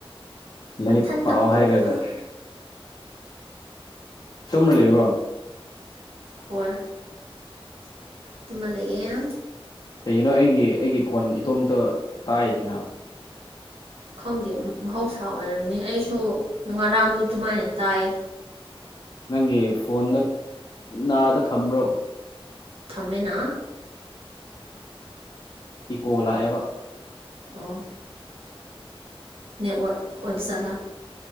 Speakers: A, on the left; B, on the right.
A: ꯂꯥꯏꯔꯤꯛ
B: ꯃꯊꯟꯇ
A: ꯄꯥꯎ
B: ꯄꯣꯛꯄꯅꯤ
A: ꯍꯩꯔꯒ ꯇꯨꯝꯃ ꯂꯩꯕ꯭ꯔꯣ
B: ꯍꯣꯏ ꯑꯗꯨꯃ ꯂꯩꯌꯦꯦ
A: ꯀꯩꯒꯤꯅꯣ ꯑꯩꯒꯤ ꯑꯩꯒꯤ ꯈꯣꯟ ꯏꯇꯣꯝꯇ ꯇꯥꯛꯏꯁꯤꯅ
B: ꯈꯪꯗꯦ ꯃꯍꯧꯁꯥ ꯑꯣꯏꯔꯝꯅꯤ ꯑꯩꯁꯨ ꯉꯔꯥꯡꯗ ꯑꯗꯨꯃꯥꯏꯅ ꯇꯥꯏꯌꯦ
A: ꯅꯪꯒꯤ ꯐꯣꯟꯗ ꯅꯥꯗ ꯊꯃ꯭ꯔꯣ
B: ꯊꯝꯃꯦꯅ
A: ꯏꯀꯣ ꯂꯥꯛꯑꯦꯕ
B: ꯑꯣ ꯅꯦꯠꯋꯔꯛ ꯑꯣꯏꯕ ꯆꯠꯂꯥ